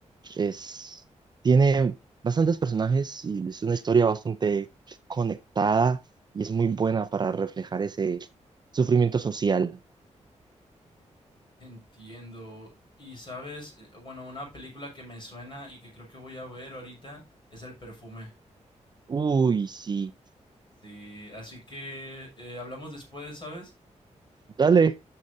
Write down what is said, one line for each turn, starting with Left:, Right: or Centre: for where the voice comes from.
Right: Es, tiene bastantes personajes y es una historia bastante conectada y es muy buena para reflejar ese sufrimiento social.
Left: Entiendo. Y sabes, Eh, bueno, una película que me suena y que creo que voy a ver ahorita es El Perfume.
Right: Uy, sí.
Left: Sí, así que eh, hablamos después, ¿sabes?
Right: Dale,